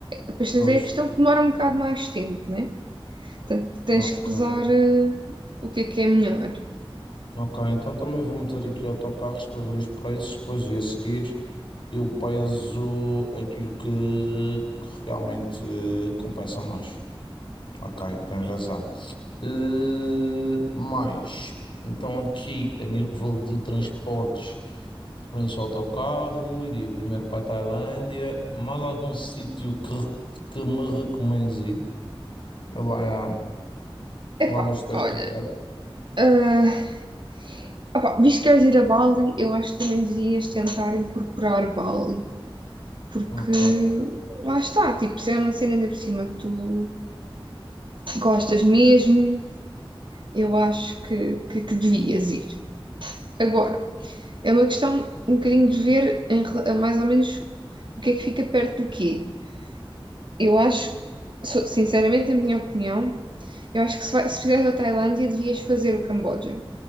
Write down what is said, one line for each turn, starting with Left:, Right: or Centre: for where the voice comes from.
Right: Depois tens
Left: Pois,
Right: aí a questão que demora um bocado mais tempo, né? Portanto, tens
Left: ok.
Right: que pesar eh, o que é que é melhor.
Left: Ok, então também vou meter aqui autocarros para ver os preços, depois e a seguir eu peso aquilo que que realmente eh, compensa mais. Ok, tens razão. Eh, mais, então aqui a nível de transportes, preferência ao autocarro, iria primeiro para a Tailândia, mais algum sítio que, re- que me recomendes ir? Lá,
Right: Epá,
Left: lá no Sudeste
Right: olha.
Left: Asiático.
Right: ah, opá, visto que queres ir a Bali, eu acho que também devias tentar incorporar Bali, porque
Left: Ok,
Right: lá está, tipo, se é uma cena ainda por cima que tu gostas mesmo, eu acho que, que, que devias ir. Agora, é uma questão um bocadinho de ver em rela- mais ou menos o que é que fica perto do quê. Eu acho, so- sinceramente, na minha opinião, eu acho que se, vai, se fizeres a Tailândia, devias fazer o Camboja.